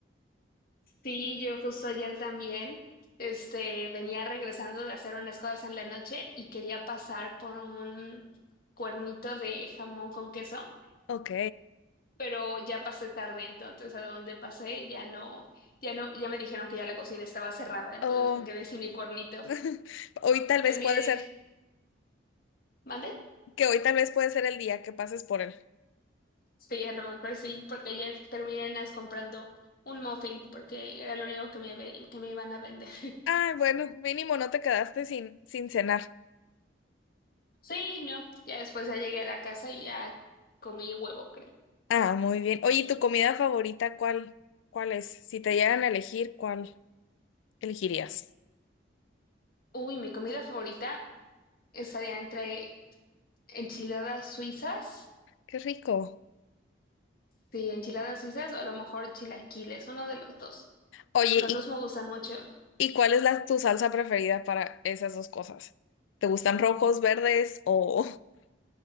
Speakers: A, on the left; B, on the left.
A: Sí, yo justo ayer también, este, venía regresando de hacer unas cosas en la noche y quería pasar por un cuernito de jamón con queso.
B: Ok.
A: pero ya pasé tarde, entonces a donde pasé ya no, ya no, ya me dijeron que ya la cocina estaba cerrada, entonces
B: Oh,
A: me quedé sin mi cuernito.
B: <laughs> hoy tal
A: Terminé,
B: vez puede ser,
A: ¿mande?
B: que hoy tal vez puede ser el día que pases por él.
A: Sí, a lo mejor sí, porque ayer terminé en las comprando un muffin, porque era lo único que me, ve- que me iban a vender. <laughs>
B: Ah, bueno, mínimo no te quedaste sin, sin cenar.
A: Sí, no, ya después ya llegué a la casa y ya comí huevo, creo.
B: Ah, muy bien. Oye, ¿y tu comida favorita cuál? ¿Cuál es? Si te dieran a elegir, ¿cuál elegirías?
A: Uy, mi comida favorita estaría entre enchiladas suizas,
B: Qué rico.
A: sí, enchiladas suizas o a lo mejor chilaquiles, uno de los dos.
B: Oye,
A: Los
B: ¿y,
A: dos me gustan mucho.
B: y cuál es la, tu salsa preferida para esas dos cosas? ¿Te gustan rojos, verdes o <laughs>